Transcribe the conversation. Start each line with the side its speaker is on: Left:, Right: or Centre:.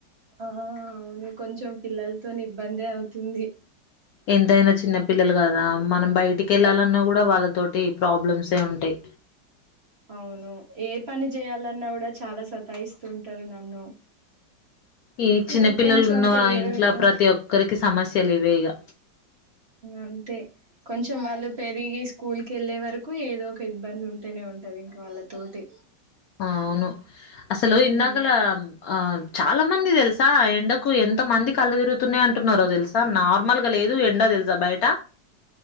Right: ఆ అవును కొంచెం పిల్లలతో ఇబ్బందే అవుతుంది
Left: ఎంతైనా చిన్న పిల్లలు కదా మనం బయటికి వెళ్ళాలన్నా కూడా వాళ్ళతోటి ప్రాబ్లమ్సే ఉంటాయి
Right: అవును ఏ పని చేయాలన్నా కూడా చాలా సతాయిస్తూ ఉంటారు నన్ను
Left: ఈ చిన్న
Right: ఆ
Left: పిల్లలు
Right: కొంచెం
Left: ఉన్న
Right: పెరిగే
Left: ఇంట్లో
Right: వరకు
Left: ప్రతి ఒక్కరికి సమస్య చలివేగా
Right: అంతే కొంచెం వాళ్ళు పెరిగి స్కూల్ క వెళ్ళే వరకు ఏదో ఒక ఇబ్బంది ఉంటేనే ఉంటది ఇంకా వాళ్ళ తోటి
Left: అవును అసలు
Right: ఉమ్
Left: ఇందాకల ఆ చాలా ఎంతమంది తెలుసా ఎండకు ఎంత మంది కళ్ళ తిరుగుతున్నాయ అంటున్నారో తెలుసా నార్మల్గా లేదు ఎండ తెలుసా బయట